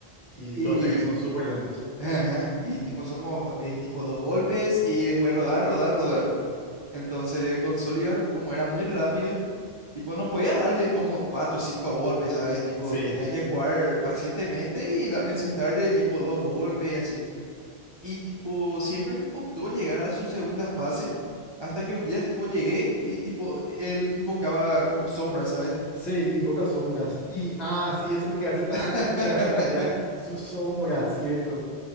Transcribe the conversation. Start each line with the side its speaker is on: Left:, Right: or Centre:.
Left: Y
Right: Y,
Left: tus ataques son súper lentos.
Right: ajá, y tipo, somos eh, tipo dos golpes y después rodar, rodar, rodar. Entonces, con Sullivan, como era muy rápido. Tipo, no podías darle como cuatro o cinco golpes, ¿sabes? Tipo,
Left: Sí.
Right: tenía que jugar pacientemente y da- encestarle tipo dos golpes y así. Y tipo, siempre me costó llegar a su segunda fase hasta que un día tipo llegué y tipo, él invocaba como sombra, ¿sabes?
Left: Sí, invoca sombras. Y, ah, sí, eso es lo que hace tan
Right: <laughs>
Left: complicada esa pelea. Sus sombras, ¿cierto?